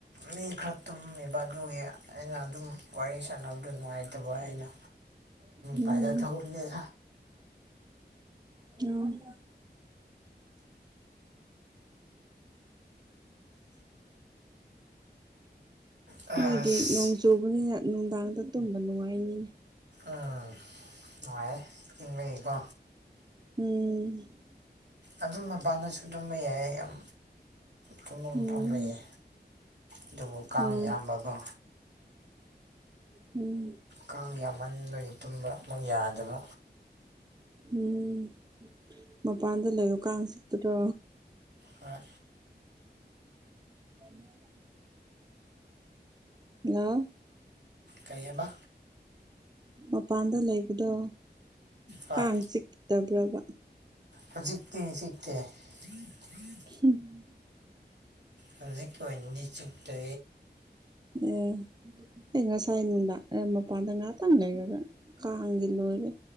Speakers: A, on the right (about 80°); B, on the right (about 25°).
A: ꯃꯤ ꯈ ꯇꯨꯝꯃꯤꯕ ꯑꯗꯨꯒꯤ ꯑꯩꯅ ꯑꯗꯨꯝ ꯋꯥꯔꯤ ꯁꯥꯟꯅꯕꯗ ꯅꯨꯡꯉꯥꯏꯇꯕ ꯑꯩꯅ
B: ꯎꯝ
A: ꯖꯔ ꯊꯒꯝ ꯂꯩ
B: ꯎꯝ
A: ꯑꯁ
B: ꯅꯣꯏꯗꯤ ꯅꯣꯡ ꯆꯨꯕꯅꯤꯅ ꯅꯨꯡꯗꯥꯡꯗ ꯇꯨꯝꯕ ꯅꯨꯡꯉꯥꯏꯅꯤꯅꯤ
A: ꯎꯝ ꯅꯨꯡꯉꯥꯏꯔꯦ ꯏꯤꯡꯕꯒꯤꯀꯣ
B: ꯎꯝ
A: ꯑꯗꯨ ꯃꯄꯅꯁꯨ ꯑꯗꯨꯝꯕ ꯌꯥꯏꯌꯦ ꯌꯥꯝ ꯊꯨꯝꯐꯝ
B: ꯎꯝ
A: ꯃꯐꯝ ꯂꯩꯌꯦ ꯑꯗꯨꯕꯨ ꯀꯥꯡ
B: ꯑꯣ
A: ꯌꯥꯝꯌꯥꯝꯕꯒꯣ
B: ꯎꯝ
A: ꯀꯥꯡ ꯌꯥꯝꯃꯟ ꯑꯣꯏꯅ ꯇꯨꯝꯕ ꯑꯃꯨꯛ ꯌꯥꯗꯕ
B: ꯎꯝ ꯃꯄꯥꯟꯗ ꯂꯩꯔꯣ ꯀꯥꯡ ꯆꯤꯠꯇꯗꯣ
A: ꯍꯣꯏ
B: ꯑꯅ ꯑ
A: ꯀꯩꯕ
B: ꯃꯄꯥꯟꯗ ꯂꯩꯕꯗꯣ
A: ꯍꯣꯏ
B: ꯀꯥꯡ ꯆꯤꯛꯇꯕ꯭ꯔꯕ
A: ꯍꯧꯖꯤꯛꯇꯤ ꯍꯧꯖꯤꯛꯇꯦ ꯍ
B: ꯎꯝ
A: ꯍꯧꯖꯤꯛꯀꯤ ꯑꯣꯏꯅꯗꯤ ꯆꯤꯛꯇꯦ
B: ꯎꯝ ꯑꯩ ꯉꯁꯥꯏ ꯅꯨꯡꯗꯥ ꯃꯄꯥꯟꯗ ꯉꯍꯥꯛꯇꯪ ꯂꯩꯔꯒ ꯀꯥꯡꯒꯤ ꯂꯣꯏꯔꯦ